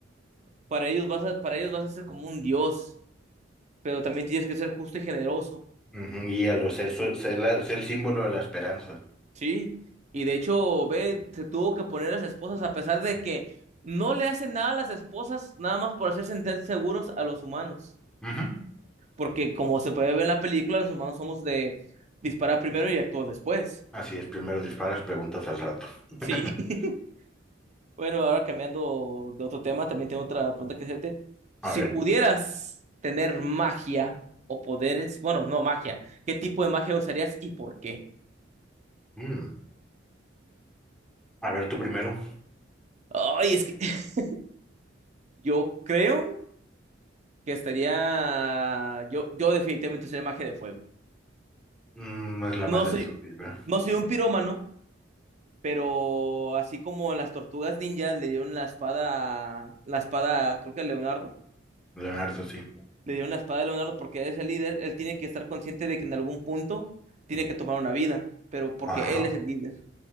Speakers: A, on the right; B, in the centre.
A: Para ellos vas a, para ellos vas a ser como un dios, pero también tienes que ser justo y generoso.
B: ujú, guíalos, eso es el, es el símbolo de la esperanza.
A: Sí. Y de hecho, ve, se tuvo que poner a las esposas a pesar de que no le hacen nada a las esposas, nada más por hacer sentir seguros a los humanos.
B: Ujú.
A: Porque como se puede ver en la película, los humanos somos de disparar primero y actuar después.
B: Así es, primero disparas, preguntas al rato. <laughs>
A: Sí. <laughs> Bueno, ahora cambiando de otro tema, también tengo otra pregunta que hacerte. Si
B: A ver,
A: pudieras tener magia o poderes, bueno, no magia, ¿qué tipo de magia usarías y por qué?
B: mm, a ver tú primero.
A: Ay, es que <laughs> yo creo que estaría, yo, yo definitivamente usaría magia de fuego.
B: Mm, no es la
A: No
B: más
A: soy,
B: destructiva.
A: no soy un pirómano, pero así como las tortugas ninjas le dieron la espada, la espada, creo que a Leonardo.
B: Leonardo, sí.
A: le dieron la espada a Leonardo porque es el líder, él tiene que estar consciente de que en algún punto tiene que tomar una vida, pero porque
B: Ajá,
A: él es el líder.